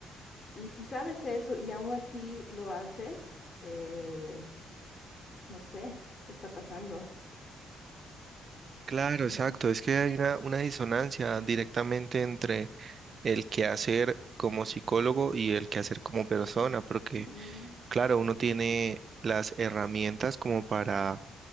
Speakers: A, on the left (about 35°); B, on the right (about 45°).
A: Y si sabes eso y aún así lo haces, eh, no sé qué está pasando.
B: Claro,
A: Ujú,
B: exacto. Es que hay una, una disonancia directamente entre el quehacer como psicólogo y el quehacer como persona, porque
A: ujú,
B: Claro, uno tiene las herramientas como para